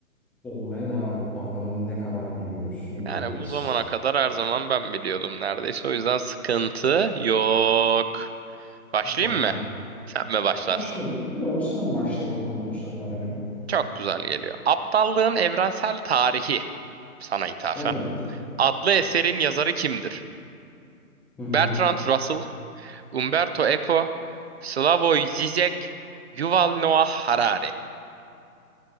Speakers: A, in the centre; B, on the right.
A: Olmaya devam et. Bakalım ne kadar biliyormuşsun
B: Yani
A: göreceğiz.
B: bu zamana kadar her zaman ben biliyordum neredeyse. O yüzden sıkıntı yok. Başlayayım
A: Bakalım.
B: mı? Sen mi başlarsın?
A: Başla. bak- Yo sen başla bakalım bu sefer ya.
B: Çok güzel geliyor. Aptallığın Evrensel Tarihi sana ithafen.
A: Evet.
B: Adlı eserin yazarı kimdir?
A: Hı hı.
B: Bertrand Russell, Umberto Eco, Slavoj Zizek, Yuval Noah Harari.